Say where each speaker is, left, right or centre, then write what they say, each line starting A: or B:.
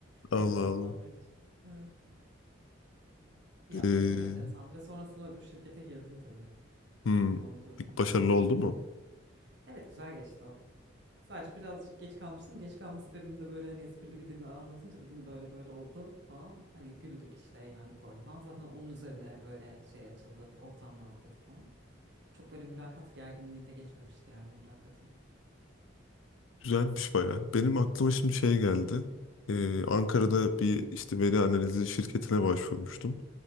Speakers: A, on the left (about 80°); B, on the right (about 60°).
A: Allah
B: beni rahatlatmak
A: Allah.
B: için. Evet ya
A: Ee,
B: bu çok enteresandı ve sonrasında öbür şirkete girdim tabii
A: hmm.
B: oldu
A: Peki
B: mülakat
A: başarılı oldu
B: yani evet.
A: mu?
B: Evet güzel geçti o. Sadece birazcık geç kalmıştım. Geç kalma sebebim de böyle hani esprili bir dille anlatınca dedim böyle böyle oldu falan. Hani güldük işte eğlendik orada falan. Zaten onun üzerine böyle şey açıldı. Ortam rahatladı falan. Çok böyle mülakat gerginliğinde geçmemişti yani o mülakatın.
A: Güzelmiş baya. Benim aklıma
B: Evet.
A: şimdi şey geldi. Ee,
B: Hı
A: Ankara'da bir işte veri analizi şirketine başvurmuştum.